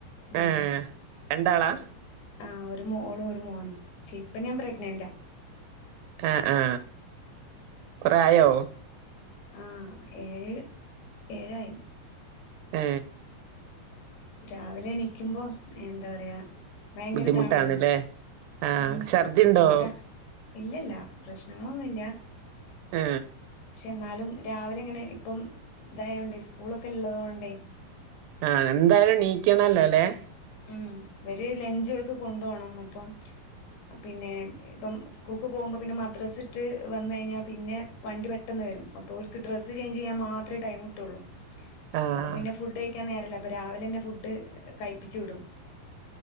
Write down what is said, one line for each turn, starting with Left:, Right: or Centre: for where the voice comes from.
Left: മ്
Right: ഏഹ് രണ്ടാളാ
Left: ഒരു- ആഹ് ഒരു മോളും ഒരു മോനും പക്ഷെ ഇപ്പൊ ഞാൻ പ്രഗ്നന്റാ
Right: ആ ആ കുറ ആയോ?
Left: ആ ഏഴ് ഏഴായി.
Right: എ
Left: രാവിലെ എണിക്കുമ്പോ എന്താ പറയാ. ഭയങ്കരതാണല്ലോ
Right: ബുദ്ധിമുട്ടാണ്ല്ലേ ആഹ്
Left: ഉം
Right: ഛർദിണ്ടോ
Left: ബുദ്ധിമുട്ടാ ഇല്ലല്ല. പ്രശ്നങ്ങളൊന്നുമില്ല.
Right: ആ
Left: പക്ഷെ എന്നാലും രാവിലെ ഇങ്ങനെ ഇപ്പം ഇതായുകൊണ്ട് സ്കൂളൊക്കെ ഉള്ളതുകൊണ്ടേ.
Right: ആ എന്തായാലും നീക്കണല്ലോ അല്ലേ.
Left: ഉം വര ലഞ്ച് ഓല്ക്ക് കൊണ്ട പോണം അപ്പം. പിന്നെ ഇപ്പം സ്കൂൾക്ക് പോകുമ്പോ പിന്നെ മദ്രസിട്ട് വന്ന കഴിഞ്ഞാ പിന്നെ വണ്ടി പെട്ടന്ന് - വരും അപ്പോൾക്ക് ഡ്രസ് ചെയ്ഞ്ച് ചെയ്യാൻ മാത്രമേടൈം കട്ടുകയുള്ളൂ.
Right: ആഹ്
Left: അപ്പൊ പിന്നെ ഫുഡ് കഴിക്കാൻ നേരല്ല അപ്പ രാവിലെ തന്നെ ഫുഡ് കയി - പ്പിച്ചു വിടും.